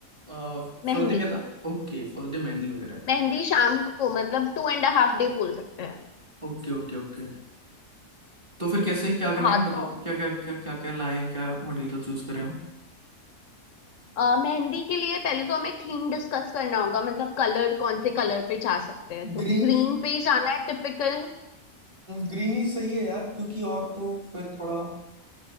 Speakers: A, on the right (about 25°); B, on the left (about 70°).
A: फर्स्ट
B: मेहंदी
A: डे क्या था ओके फर्स्ट डे मेहंदी वगैरह है
B: मेहंदी शाम को मतलब टू एंड हाफ डे बोल सकते हैं
A: Okay okay okay तो फिर कैसे क्या करना
B: हाँ
A: है बताओ
B: तो
A: क्या क्या क्या क्या क्या लाएं क्या मटेरियल चूज करें हम
B: अ, मेहंदी के लिए पहले तो हमें थीम डिस्कस करना होगा मतलब कलर कौन से कलर पे जा सकते हैं तो
A: ग्रीन
B: ग्रीन
A: पे
B: पे ही जाना है टिपिकल
A: ग्रीन ही सही है यार क्योंकि और तो फिर थोड़ा अ,